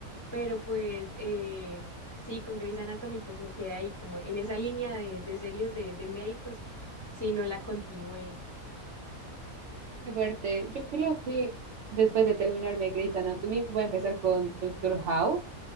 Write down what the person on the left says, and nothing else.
pero pues eh, sí, con Grey's Anatomy pues me quedé ahí como en esa línea de, de series de, de médicos, si no la continué.